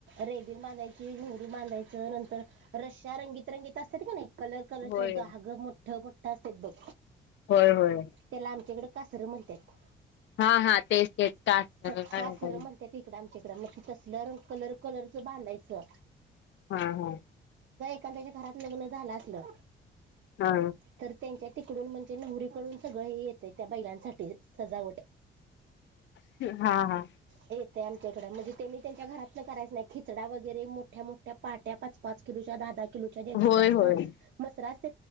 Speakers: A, on the right; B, on the left.
A: रेबीन बांधायची घुरू बांधायचं नंतर रश्या रंगीत-रंगीत असतात का नाही कलर कलरच्या
B: होय
A: धहाग मोठं मोठं असतात बघ.
B: होय होय.
A: त्याला आमच्याकडे कासरं म्हणतात.
B: हा हा, तेच तेच. कास्तर
A: कासरं
B: काहीतरी.
A: म्हणत्यात इकडं आमच्या इकडं, मग ते तसलं रंग कलर कलरच बांधायचं.
B: हा हा.
A: त्याच्या घरात लग्न झालं असलं
B: हा
A: तर त्यांच्यात तिकडून म्हणजे नवरीकडून सगळं येते त्या बैलांसाठी, सजावट.
B: हा हा.
A: येते आमच्याकडं म्हणजे त्यांनी त्यांच्या घरातच करायचं नाही. खिचडा वगैरे मोठ्या मोठ्या पाट्या पाच पाच किलोच्या. धा धा किलोच्या जेंची
B: होय
A: जास्त
B: होय.
A: म्हसरं असत